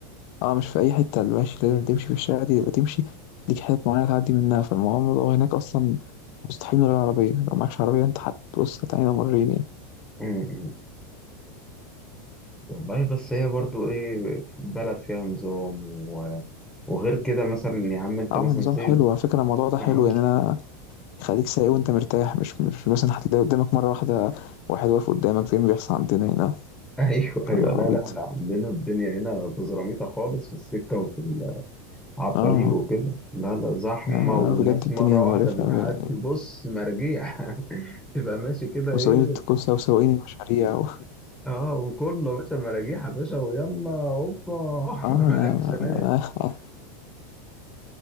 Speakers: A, on the left (about 50°); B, in the centre.
A: اه مش في أي حتة المشي لازم تمشي في الشارع دي يبقى تمشي ليك حتت معينة تعدي منها فالموضوع هناك أصلا مستحيل من غير عربية لو معكش عربية أنت هتبص هتعاني مرين يعني
B: مم، مم. والله بس هي برضو ايه بلد فيها نظام و... وغير كده مثلا يا عم انت
A: عامل
B: مثلا
A: نظام
B: سيب
A: حلو على فكرة الموضوع ده حلو
B: اه
A: يعني
B: <laughs>
A: أنا يخليك سايق وأنت مرتاح مش مش مثلا هتلاقي قدامك مرة واحدة واحد واقف قدامك زي ما بيحصل عندنا هنا
B: ايوه
A: كلام
B: ايوه لا
A: عبيط
B: ده احنا عندنا الدنيا هنا بزراميطه خالص في السكه وفي ال... على الطريق
A: اه
B: وكده لا لا زحمه
A: لا لا
B: والناس
A: بجد الدنيا
B: مره
A: مقرفة
B: واحده بتعدي
A: يعني
B: بص مراجيح <laughs> تبقى ماشي كده
A: وسواقين
B: ايه
A: التكوسة وسواقين المشاريع و...
B: اه وكله باشا مراجيح يا باشا ويلا هوبا
A: اه ما
B: <laughs>
A: أنا
B: اكشنات
A: ما أنا-